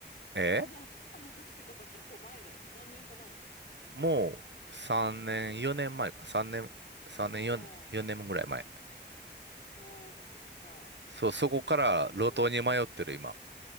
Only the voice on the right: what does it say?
え
もう3年、4年前か。3年、3年、
4年、4年ぐらい前。
そう、そこから路頭に迷ってる今。